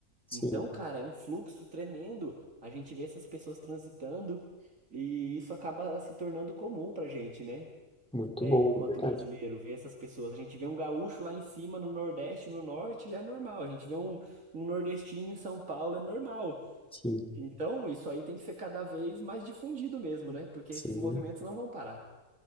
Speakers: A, in the centre; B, on the right (about 80°).
A: sim,
B: Então, cara, é um fluxo tremendo. A gente vê essas pessoas transitando e isso acaba se tornando comum pra gente, né?
A: muito
B: é,
A: bom,
B: enquanto
A: na verdade,
B: brasileiro, ver essas pessoas. A gente vê um gaúcho lá em cima, no Nordeste, no Norte, já é normal. A gente vê um, um nordestino em São Paulo, é normal.
A: sim,
B: Então, isso aí tem que ser cada vez mais difundido mesmo, né? Porque
A: sim.
B: esses movimentos não vão parar.